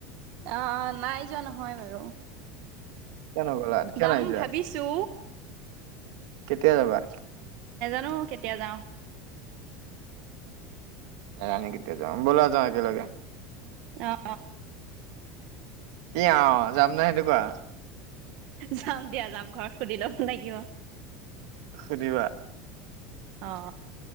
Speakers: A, on the right; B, on the right.
A: অ নাই যোৱা নহয় বাৰু
B: কিয় নগ'লা কিয়
A: যাম
B: নাই যোৱা
A: ভাবিছো
B: কেতিয়া যাবা
A: <unintelligible> কেতিয়া যাও
B: <unintelligible> কেতিয়া যাও বলা যাও একেলগে
A: অ
B: কি অ যাম নাই সেইটো কোৱা
A: যাম দিয়া যাম ঘৰত সুধি লব লাগিব
B: সুধিবা
A: অ